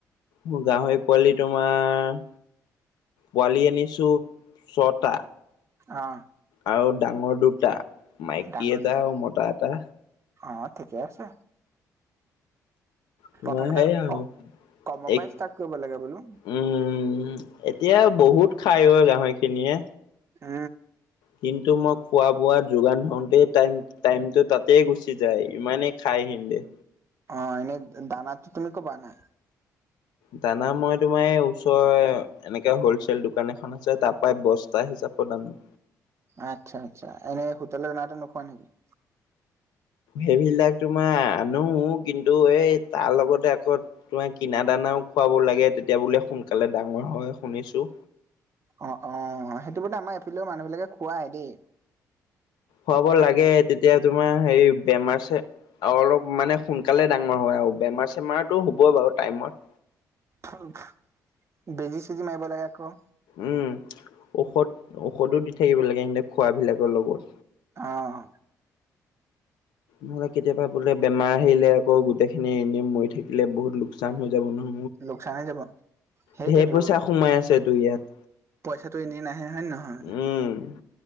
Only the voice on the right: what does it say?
অহ',
ডাঙৰ
দুটা
অ, ঠিকে আছে।
প্ৰথমতে
কমৰ
পাই ষ্টাৰ্ট কৰিব লাগে বোলো।
এ
অ, এনে দানাতো তুমি কৰ পা আনা?
আচ্ছা- আচ্ছা এনেই হোটেলৰ <unintelligible> নোখোৱা নেকি?
অ', অ', সেইটো মানে আমাৰ এইফেলেও মানুহ বিলাকে খোৱাই দেই।
<unintelligible> বেজি চেজি মাৰিব লাগে আকৌ।
অহ।
লোকচান হৈ যাব। সেইটোৱেতো
পইচাটো এনেই নাহে হয়, নহয়